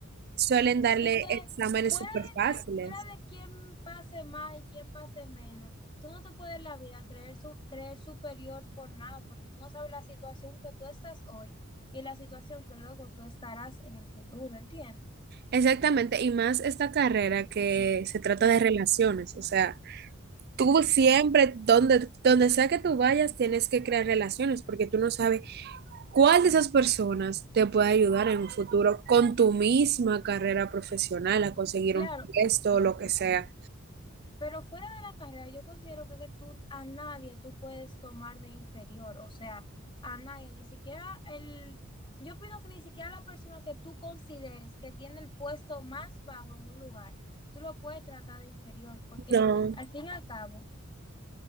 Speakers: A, on the right; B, on the left.
A: suelen darle
B: Y que
A: exámenes
B: fuera
A: súper
B: de
A: fáciles.
B: que fuera de quién pase más y quién pase menos, tú no te puedes en la vida creer su, creer superior por nada, porque tú no sabes la situación que tú estás hoy y la situación que luego tú estarás en el futuro, ¿entiendes?
A: Exactamente, y más esta carrera que se trata de relaciones, o sea, tú siempre, donde, donde sea que tú vayas, tienes que crear relaciones, porque tú no sabes ¿Cuál de esas personas te puede ayudar en un futuro con tu misma carrera profesional a conseguir
B: Claro.
A: un puesto o lo que sea?
B: Pero fuera de la carrera, yo considero que, que tú a nadie tú puedes tomar de inferior, o sea, a nadie, ni siquiera el, yo opino que ni siquiera la persona que tú consideres que tiene el puesto más bajo en un lugar, tú lo puedes tratar de inferior, porque
A: No,
B: al fin y al cabo,